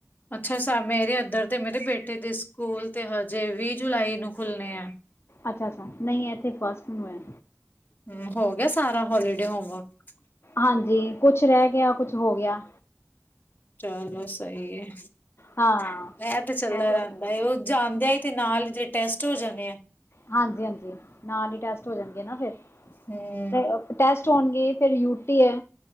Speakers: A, on the left; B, on the left.
A: ਅੱਛਾ, ਸਾ ਮੇਰੇ ਇੱਧਰ ਤੇ ਮੇਰੇ ਬੇਟੇ ਦੇ ਸਕੂਲ ਤੇ ਹਜੇ ਵੀਹ ਜੁਲਾਈ ਨੂੰ ਖੁੱਲਣੇ ਆ।
B: ਅੱਛਾ-ਅੱਛਾ, ਨਹੀਂ ਇੱਥੇ ਫੱਸਟ ਨੂੰ ਹੈਂ।
A: ਹੂੰ, ਹੋ ਗਿਆ ਸਾਰਾ ਹਾੱਲੀਡੇ ਹੋਮ-ਵੱਰਕ?
B: ਹਾਂਜੀ, ਕੁੱਛ ਰਹਿ ਗਿਆ-ਕੁੱਛ ਹੋ ਗਿਆ।
A: ਚੱਲੋ ਸਹੀ ਏ।
B: ਹਾਂ
A: ਇਹ ਤਾ ਚੱਲਦਾ
B: ਹੋਰ
A: ਰਹਿੰਦਾ ਏ ਉਹ ਜਾਂਦਿਆਂ ਈ ਤੇ ਨਾਲ ਜ ਟੈਸਟ ਹੋ ਜਾਂਣੇ ਐ।
B: ਹਾਂਜੀ-ਹਾਂਜੀ, ਨਾਲ ਈ ਟੈੱਸਟ ਹੋ ਜਾਂਣਗੇ ਨਾ ਫੇਰ।
A: ਹੂੰ।
B: ਨਇ, ਉ ਟੈਸਟ ਹੋਣਗੇ ਫੇਰ ਯੂਟੀ ਐ